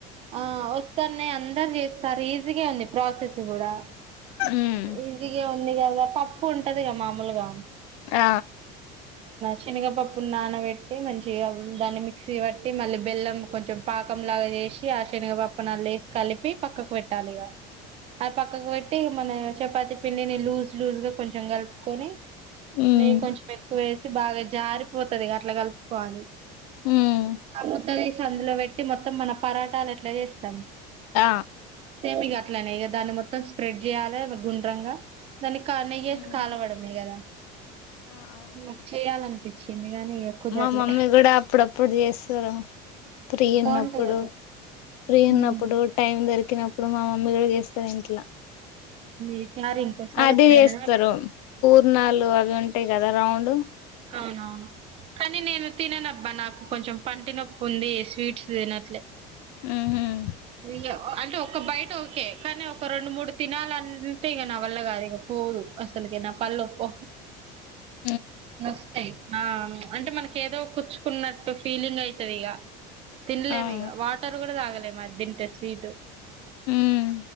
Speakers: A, on the right; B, on the left.
A: ఆ వ అందరు చేస్తారు ఈజీగా ఉంది ప్రాసెస్ కూడా
B: ఉమ్
A: ఈజీగా ఉ ఉంది కదా పప్పు ఉంటది కద మామూలుగా
B: ఆ
A: శనగపప్పు నానబెట్టి మంచిగా దాన్ని మిక్సీ బట్టి మళ్ళీ బెల్లం కొంచెం పాకంలాగా వసి ఆశనిగా పపనల్ళ వసి కలిపి పక్కకు పెట్టాలి ఇ ఆ పక్కకు పెట్టి మన చపాతి పిండిని లూజ లూజ్ గా కొంచెం కలుపుకొని
B: ఉమ్
A: నెయ్యి కొంచెం ఎక్కువ వే బాగా జారిపోతుంది అట్లా కలుపుకోవాలి
B: హ్మ్
A: ఆ ముద్ద అందులో పెట్టి మొత్తం మన పరాటాలు ఎట్లా చేస్తాం
B: ఆ
A: సేమ్ ఇక అట్లనే ఇ దాన్ని మొత్తం స్ప్రెడ్ చేయాలి గుండ్రంగా దానికి నెయ్యేసి
B: ఉమ్
A: కలవడమే కదా
B: ఆ అవును
A: నాకు చేయాలనిపించింది గానీ ఇగ కుదరలే
B: మా మమ్మీ కూడా అప్పుడప్పుడు చేస్తారు ఫ్రీ
A: బాగుంటాయి
B: ఉన్నప్పుడు
A: అవి
B: ఫ్రీ
A: ఉమ్,
B: ఉన్నప్పుడు టైం దొరికినప్పుడు మా మమ్మీ కూడా చేస్తారు ఇంట్లో
A: ఈసారి ఇంకోసారి
B: అది
A: ఎప్పుడైనా
B: చేస్తారు పూర్ణాలు అవి ఉంటాయి కదా రౌండ్
A: అవునవును కానీ నేను తిననబ్బా. నాకు కొంచెం పంటి నొప్పు ఉంది స్వీట్స్ తినట్లే.
B: మ్మ్ హ్మ్
A: అయ్యో అంటే ఒక బయిట్ ఓకే కానీ ఒక రెండు మూడు తినాలి అంటే ఇగా నా వల్ల కాదు. ఇగ పోదు అసల్ అందుగే నా పల్లోపావ్
B: అ
A: నొస్తాయి. అవును అంటే మనక ఏదో కూర్చుకున్నట్టు ఫీలింగ్ అయితదిగా. తినలేము
B: అవును
A: ఇగా వాటర్ గూడా తాగలేము, అది తింటే స్వీటు.
B: మ్మ్